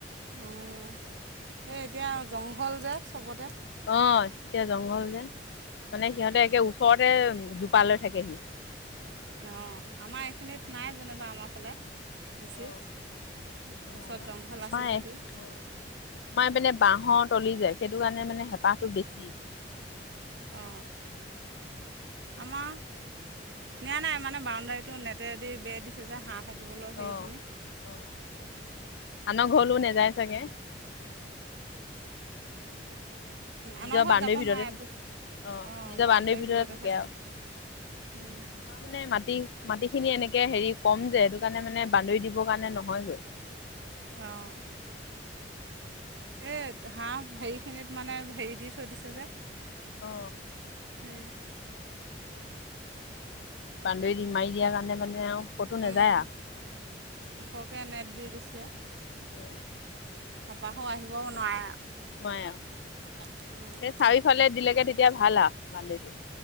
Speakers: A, on the right; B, on the left.
A: অঁ এই এতিয়া জংঘল যে চবতে।
B: অ এতিয়া জংঘল যে মানে সিহঁতে একে ওচৰতে জোপা লৈ থাকে সি।
A: অঁ আমাৰ এইখিনিত নাই যেনিবা আমাৰ ফালে। বেছি
B: অ এতিয়া
A: ওচৰত
B: নাই ন,
A: জংঘল
B: আমাৰ
A: আছে যদিও
B: অ আমাৰ এইপিনে বাঁহৰ তলি যে, সেইটো কাৰণে মানে হেঁপাহটো বেছি।
A: অঁ আমাৰ নিয়া নাই মানে বাউণ্ডাৰীটো নেটেদি বে দিছে যে হা থাকিবলৈ সেইখিনিত।
B: অ অ অ আনৰ ঘৰলো নেযায় চাগে? নিজৰ
A: আনৰ ঘৰত
B: বাউণ্ডেৰীৰ
A: যাব
B: ভিতৰতে
A: নোৱাৰে
B: থাকে
A: পোহ
B: অ
A: অঁ
B: নিজৰ
A: বাউণ্ডৰীৰ
B: বাউণ্ডেৰীৰ
A: ভিতৰতে থাকে।
B: আৰু
A: উম
B: আমাৰ মানে মাটি মাটি খিনি এনেকে হেৰি কম যে সেইটো কাৰণে মানে বান্দৰি দিবৰ কাৰণে নহয়গৈ।
A: অঁ এই হাঁহ হেৰিখিনিত মানে হেৰি দি থৈ দিছে যে।
B: অ
A: উম
B: বাউন্ডৰি দি মাৰি দিয়া কাৰণে মানে আৰু ক'তো
A: উম
B: নাযায়
A: ওখকে নেট দি দিছে।
B: অ
A: হেঁপাহো আহিব নোৱাৰে।
B: নোৱাৰে আৰু
A: আৰু
B: সেই চাৰিওফালে দিলেগে, তেতিয়া ভাল আৰু বাউন্ডৰিটো